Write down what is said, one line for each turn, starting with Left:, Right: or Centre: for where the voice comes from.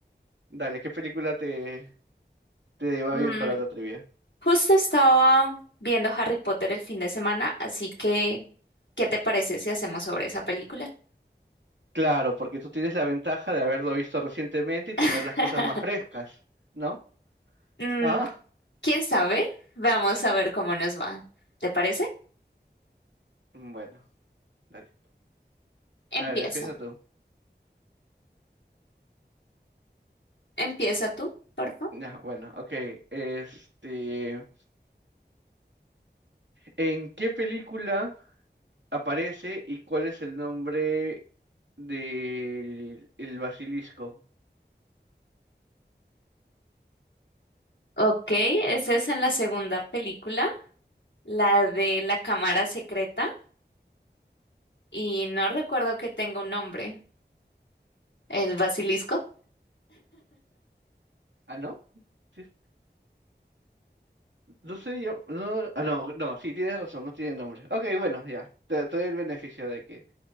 Right: Dale, ¿qué película te, te va
Left: Mm,
Right: bien para la trivia?
Left: justo estaba viendo Harry Potter el fin de semana, así que, ¿qué te parece si hacemos sobre esa película?
Right: Claro, porque tú tienes la ventaja de haberlo visto recientemente y tener
Left: <laughs>
Right: las cosas más frescas, ¿no?
Left: Mm,
Right: Ah,
Left: ¿quién sabe? Vamos a ver cómo nos va. ¿Te parece?
Right: mm, bueno, dale.
Left: Empieza.
Right: A ver, empieza tú.
Left: Empieza tú, por favor.
Right: Ya, bueno, ok. Este, ¿en qué película? aparece y cuál es el nombre del el basilisco.
Left: Ok, esa es en la segunda película, la de la cámara secreta, y no recuerdo que tenga un nombre. ¿El basilisco?
Right: Ah, ¿no? Sí, no sé yo. No, ah, no, no, sí, tienes razón, no tiene nombre. Ok, bueno, ya. Te, te doy el beneficio de que